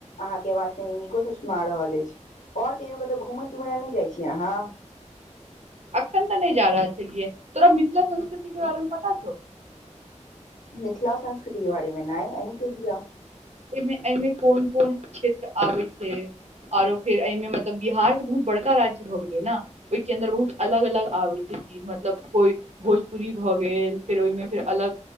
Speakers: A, on the left; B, on the right.
A: अहाँके आवाज कनि नीको से सुना रहल अछि, और कहियो कतौ घूमैय-तूमैय लए नैय जाइ छियै अहाँ?
B: अखन तऽ नै जा रहल छलियै, तोरा मिथिला संस्कृति के बारे में पता छौ?
A: मिथिला संस्कृति के बारे मे नैय, अहीं कहि दिअ।
B: मे अई में कोन-कोन क्षेत्र आबै छै? औरो फेर अई में मतलब बिहार तऽ बहुत बड़का राज्य भऽ गेलै न? ओई के अन्दर बहुत अलग-अलग आबै <unintelligible> कि मतलब कोइ भोजपुरी भऽ गेल, फेर ओहिमे फेर अलग